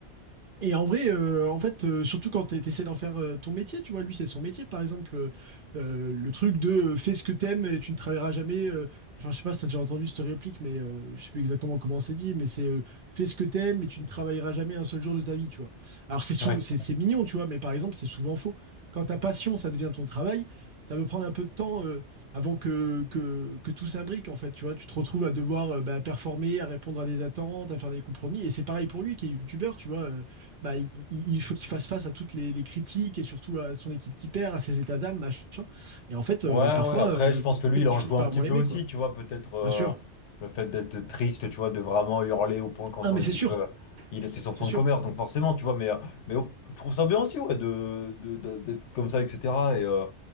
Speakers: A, on the right; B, on the left.
A: et en vrai, euh, en fait, euh, surtout quand tu essaies d'en faire euh, ton métier, tu vois, lui, c'est son métier. Par exemple, euh, euh, le truc de euh, fais ce que t'aimes et tu ne travailleras jamais. euh, enfin, je sais pas si t'as déjà entendu cette réplique, mais euh, je sais plus exactement comment c'est dit, mais c'est euh, fais ce que t'aimes et tu ne travailleras jamais un seul jour de ta vie, tu vois. Alors, c'est sou-
B: ouais.
A: c'est c'est mignon, tu vois, mais par exemple, c'est souvent faux. Quand ta passion, ça devient ton travail, ça peut prendre un peu de temps euh, avant que, que, que tout s'imbrique, en fait, tu vois. Tu te retrouves à devoir euh, bah, performer, à répondre à des attentes, à faire des compromis. Et c'est pareil pour lui qui est youtubeur, tu vois. euh, bah, il, il faut qu'il fasse face à toutes les, les critiques et surtout à son équipe qui perd, à ses états d'âme, machin. Et en fait, euh,
B: Ouais,
A: bah, parfois,
B: ouais, après,
A: euh,
B: je pense que lui,
A: peut-être
B: il
A: qu'il
B: en
A: finit
B: joue
A: par
B: un petit
A: moins
B: peu
A: l'aimer,
B: aussi,
A: quoi.
B: tu vois, peut-être euh,
A: Bien sûr.
B: le fait d'être triste, tu vois, de vraiment hurler au point quand
A: Ah,
B: son
A: mais
B: équipe,
A: c'est sûr,
B: euh, il, c'est son fond
A: c'est sûr.
B: de commerce, donc forcément, tu vois, mais, euh, mais euh, je trouve ça bien aussi, ouais, de, de- de- d'être comme ça, etc. Et, euh,